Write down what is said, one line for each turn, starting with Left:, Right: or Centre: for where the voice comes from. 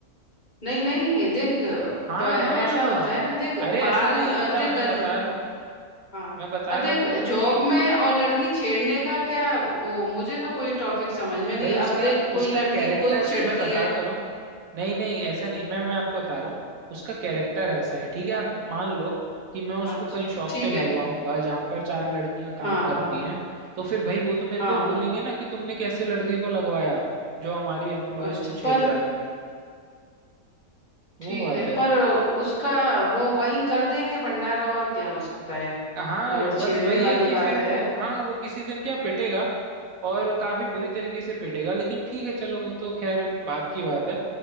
Left: नहीं नहीं देख प-
Right: हाँ हाँ
Left: ऐसा होता है ना देख
Right: अरे
Left: बाल
Right: ऐसा नहीं
Left: अ,
Right: होता
Left: देख
Right: मैं
Left: गंज
Right: बता रहा हूँ
Left: हाँ
Right: मैं बता
Left: अ, देख
Right: रहा हूँ ना
Left: जॉब
Right: कि
Left: में और लड़की छेड़ने का क्या वो मुझे तो कोई टॉपिक समझ में नहीं
Right: भाई उसका
Left: अब देख कोई
Right: उसका
Left: लड़की
Right: कैरेक्टर
Left: खुद छेड़ती
Right: मैं बता
Left: है
Right: तो रहा हूँ नहीं नहीं ऐसा नहीं मैं मैं आपको बता रहा हूँ उसका कैरेक्टर ऐसा है ठीक है आप मान लो कि मैं उसको
Left: अच्छा
Right: कहीं शॉप
Left: ठीक
Right: पे लगवाऊंगा
Left: है
Right: जहां पर चार लड़कियां काम
Left: हाँ
Right: करती
Left: हाँ
Right: हैं तो फिर भाई वो तो मेरे
Left: हाँ
Right: को ही
Left: हाँ
Right: बोलेंगे ना कि तुमने कैसे लड़की को लगवाया जो हमारी एम्प्लॉयज
Left: अच्छा
Right: को छेड़
Left: पर
Right: रहा है वो
Left: ठीक
Right: बात
Left: है
Right: है
Left: पर उसका वो वहीं कर देंगे भंडारा और क्या हो सकता है
Right: हाँ
Left: अगर
Right: बस
Left: छेड़ने
Right: वही
Left: वाली
Right: है कि
Left: बात
Right: फिर वो
Left: है
Right: हाँ वो किसी दिन क्या पिटेगा और काफी बुरी तरीके से पीटेगा लेकिन ठीक है चलो वो तो खैर बात की बात है